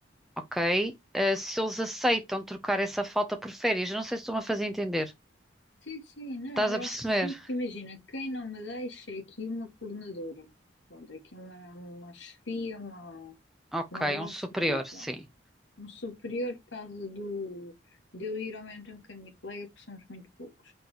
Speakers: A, in the centre; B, on the left (about 70°).
A: ok, ah, se eles aceitam trocar essa falta por férias, eu não sei se estou-me a fazer entender.
B: Sim, sim. Não,
A: Estás
B: eu
A: a perceber?
B: acho que sim, porque imagina, quem não me deixa é aqui uma coordenadora. Pronto, é aqui uma, uma chefia, uma,
A: Ok,
B: uma boss
A: um superior,
B: aqui,
A: sim.
B: pronto. Um superior, por causa do, de eu ir ao mesmo tempo que a minha colega, porque somos muito poucos.